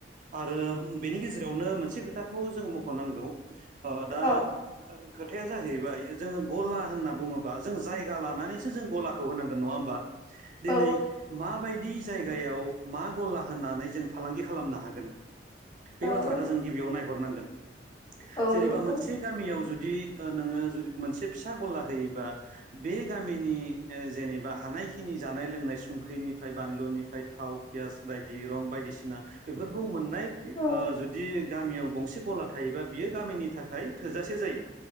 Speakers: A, on the right; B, on the left.
A: आरो बेनि गेजेरावनो मोनसे खोथाखौ जों मख'नांगौ अह
B: औ
A: दा खोथाया जाहैबाय जोङो गला होनना बुङोबा जों जायगा लानानैसो जों गलाखौ होनांगौ। नङा होमबा दिनै
B: औ
A: माबायदि जायगायाव मा गला होननानै जों फालांगि खालामनो हागोन बे
B: औ
A: बाथ्राखौ जों गिबियाव नायहरनांगोन।
B: औ
A: जेनेबा
B: नंगौ
A: मोनसे गामियाव जुद दि नोङो जु मोनसे फिसा गला होयोबा बे गामिनि ओ जेनेबा बा हानायखिनि जानाय लोंनाय संख्रिनिफ्राय बानलुनिफ्राय थाव, पियास बायदि रं बायदिसिना बेफोरखौ मोननाय
B: औ
A: ओ जुदि गामियाव गंसे गला थायोबा बियो गामिनि थाखाय थोजासे जायो।